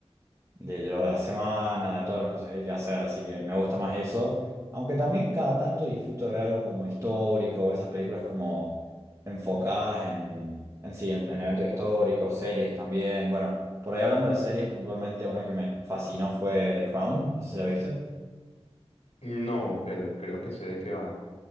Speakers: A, on the right; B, on the left.
A: de lo de la semana, de todas las cosas que hay que hacer, así que me gusta más eso. Aunque también cada tanto disfruto de ver algo como histórico, o esas películas como enfocadas en, en sí, en, en eventos históricos, series también. Bueno, por ahí hablando de series puntualmente, una que me fascinó fue The Crown, no sé si la viste.
B: No, pero creo que sé de qué va.